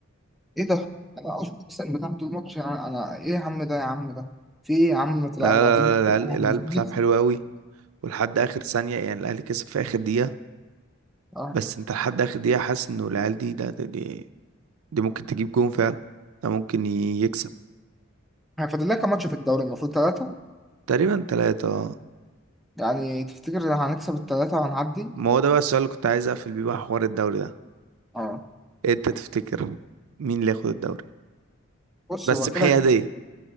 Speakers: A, in the centre; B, on the right (about 80°).
A: ايه ده؟ انا اقسم بالله طول الماتش يعني انا ايه يا عم ده يا عم ده؟ في ايه يا عم؟ لا
B: لا
A: انا
B: لا
A: هتيجي
B: لا لا، العيال
A: أنا
B: العيال
A: هتيجي-
B: بتلعب حلو
A: <laughs>
B: أوي ولحد آخر ثانية يعني الأهلي كسب في آخر دقيقة
A: اه
B: بس أنت لحد آخر دقيقة حاسس إنه العيال دي ده ده- دي, دي ممكن تجيب جون فعلا ده ممكن ي- يكسب
A: فاضل لك كام ماتش في الدوري المفروض ثلاثه
B: تقريبا تلاتة آه.
A: يعني تفتكر هنكسب التلاتة وهنعدي؟
B: ما هو ده بقى السؤال اللي كنت عايز أقفل بيه بقى حوار الدوري ده
A: اه
B: أنت تفتكر مين اللي ياخد الدوري
A: بص
B: بس
A: هو
B: بحيادية
A: كده <laughs> كده-